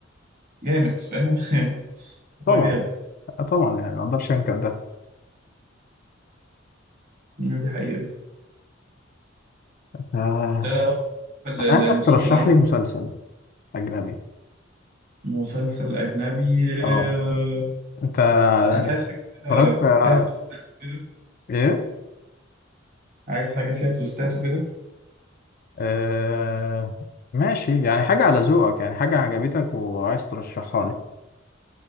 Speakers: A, on the right; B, on the left.
A: جامد فاهم <laughs>
B: طبعا
A: هو جامد
B: آه، طبعا يعني ما اقدرش انكر ده
A: آه، دي حقيقه
B: آه،
A: لا لا هو ال-
B: انا
A: ال-
B: عايزك
A: المسلسل
B: ترشح
A: عامل
B: لي مسلسل اجنبي
A: مسلسل اجنبي
B: اه
A: آه
B: انت
A: انت
B: يعني
A: عايز حاجه فيها
B: اتفرجت على-
A: فيها تويستات كده
B: ايه
A: عايز حاجه فيها تويستات وكده
B: آه، ماشي يعني حاجة على ذوقك يعني حاجة عجبتك وعايز ترشحها لي